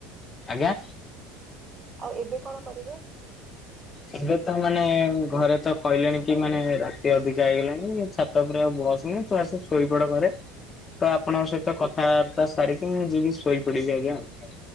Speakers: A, on the left; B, on the right.
A: ଆଜ୍ଞା।
B: ଆଉ ଏବେ କଣ କରିବେ?
A: ଏବେ ତ ମାନେ ଘରେ ତ କହିଲେଣି କି ମାନେ ରାତି ଅଧି ଯାଇଗଲାଣି ଛାତ ଉପରେ ଆଉ ବସନି। ତୁ ଆସି ଶୋଇପଡ ଘରେ। ତ ଆପଣଙ୍କ ସହିତ କଥାବାର୍ତ୍ତା ସାରିକି ମୁଁ ଯିବି ଶୋଇପଡିବି ଆଜ୍ଞା ଆଉ।